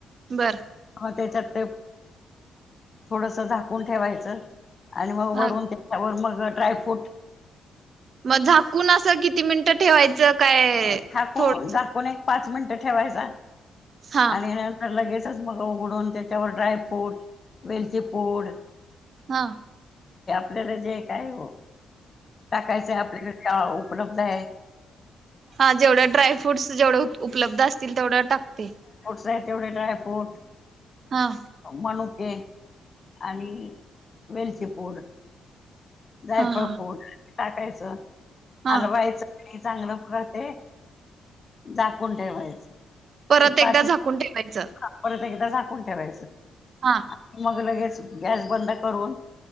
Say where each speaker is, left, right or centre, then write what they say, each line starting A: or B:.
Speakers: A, on the right; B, on the left.
A: बरं.
B: मग त्याच्यात ते थोडस झाकून ठेवायचं. आणि मग
A: हा
B: वरून त्याच्यावर मग -- ड्राय फ्रूट.
A: मग झाकून अस किती मिनटं ठेवायचं? काय
B: अ ठाकून
A: थोडस
B: जाकून एक पाच मिनिटं ठेवायचा.
A: हा
B: आणि नंतर लगेच तस मग उघडून त्याच्यावर ड्राय फ्रूट वेलची पूड --
A: हा.
B: आपल्याला जे काय ओ टाकायचंय आपल्याकडंन ओ उपलब्ध आहेत.
A: हा जेवढ्या ड्राय फ्रूट्स जेवढे उप उपलब्ध असतील तेवढं टाकते.
B: आहे तेवढे ड्रायफ्रूट
A: हा
B: मणुक हे आणि वेलची पूड जायफळ
A: हा हा
B: पूड टाकायचं
A: हा
B: हलवायचं. ते चांगलं उकळतय जाकून ठेवायचं.
A: परत
B: एक
A: एकदा
B: पाच मिनिट
A: झाकून ठेवायचं.
B: परत एकदा झाकून ठे ठेवायचं.
A: हा
B: आणि मग लगेच गॅस बंद करून